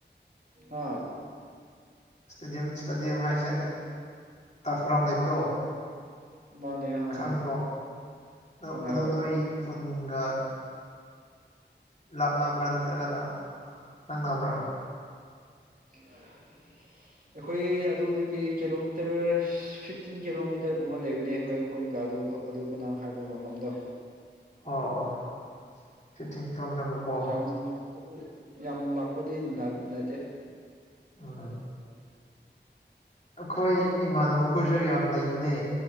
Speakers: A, on the right; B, on the left.
A: ꯑꯥ
B: ꯏꯁꯇꯦꯗꯤꯌꯝ ꯏꯁꯇꯦꯗꯤꯌꯝ ꯍꯥꯏꯁꯦ ꯇꯥꯐꯨꯔꯥꯝ ꯂꯩꯕꯗꯣ
A: ꯃꯥꯅꯦ ꯍꯥ
B: ꯈꯪꯉꯤꯀꯣ
A: ꯍꯥ
B: ꯑꯗꯣ
A: ꯈꯪꯉꯦ
B: ꯑꯗꯣ
A: ꯍꯣꯏ
B: ꯅꯣꯏ ꯈꯨꯟꯒ ꯂꯥꯞꯅꯕ꯭ꯔꯥ ꯅꯠꯇ꯭ꯔꯒꯅ ꯅꯪꯅꯕ꯭ꯔꯥ
A: <inaudible>
B: <inaudible>
A: ꯑꯩꯈꯣꯏ ꯑꯗꯨꯗꯒꯤ ꯀꯤꯂꯣꯃꯤꯇꯔ ꯐꯤꯐꯇꯤꯟ ꯀꯤꯂꯣꯃꯤꯇꯔꯒꯨꯝꯕ ꯂꯩꯕꯅꯦ ꯑꯩꯈꯣꯏ ꯈꯨꯟꯒ ꯑꯗꯨ ꯑꯗꯨꯀ ꯅꯪ ꯍꯥꯏꯕ ꯃꯐꯝꯗꯣ
B: ꯑꯣ ꯑꯣ ꯐꯤꯐꯇꯤꯟ ꯀꯤꯂꯣꯃꯤꯇꯔꯃꯨꯛꯀꯣ
A: ꯌꯥꯝꯄ ꯌꯥꯝ ꯂꯥꯛꯄꯗꯤ ꯅꯠꯇꯦ
B: ꯑ ꯑꯩꯈꯣꯏ ꯏꯃꯥꯟꯅꯕꯈꯣꯏꯁꯨ ꯌꯥꯝ ꯂꯩꯕꯅꯦ